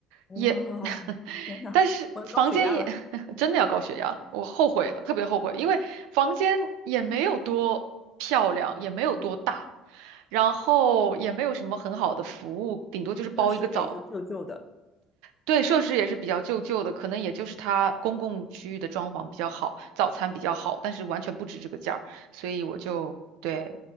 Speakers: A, on the left; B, on the right.
A: 哇，
B: 也，<laughs>
A: 天哪，
B: 但是房间也
A: 我有高血压了，
B: <laughs> 真的要高血压，我后悔了，特别后悔，因为房间也没有多漂亮，也没有多大。然后也没有什么很好的服务，顶多就是包一个澡，
A: 设施也就旧旧的。
B: 对，设施也是比较旧旧的，可能也就是它公共区域的装潢比较好，早餐比较好，但是完全不值这个价儿，所以我就对，